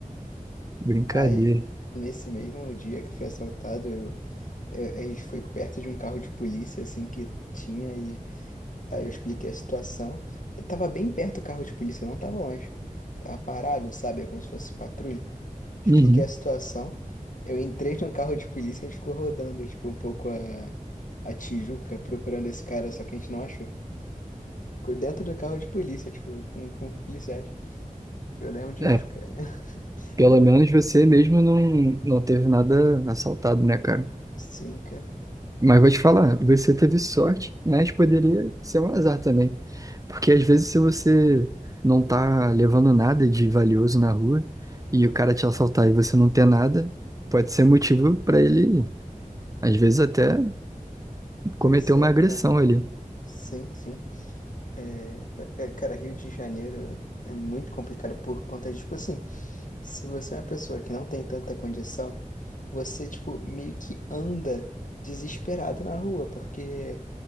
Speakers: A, on the right (about 25°); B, on the left (about 65°).
A: Brincadeira.
B: Aí, nesse mesmo dia que eu fui assaltado, eu, eu- a gente foi perto de um carro de polícia, assim, que tinha, e aí eu expliquei a situação. Eu tava bem perto do carro de polícia, não tava longe. Tava parado, sabe? Como se fosse patrulha. Expliquei
A: Uhum.
B: a situação. Eu entrei no carro de polícia e a gente ficou rodando, tipo, um pouco a, a Tijuca, procurando esse cara, só que a gente não achou. Ficou dentro do carro de polícia, tipo, com, com policiais. Eu lembro de
A: É,
B: ficar. <laughs>
A: pelo
B: Lembro.
A: menos você mesmo não, não teve nada assaltado, né, cara?
B: Sim, cara.
A: Mas vou te falar, você teve sorte, mas poderia ser um azar também. Porque às vezes se você não tá levando nada de valioso na rua e o cara te assaltar e você não ter nada, pode ser motivo para ele, às vezes até cometer
B: Pois
A: uma
B: é,
A: agressão
B: cara.
A: ali.
B: Sim, sim. É, é, cara, Rio de Janeiro é muito complicado por conta de, tipo assim, se você é uma pessoa que não tem tanta condição, você, tipo, meio que anda desesperado na rua, porque,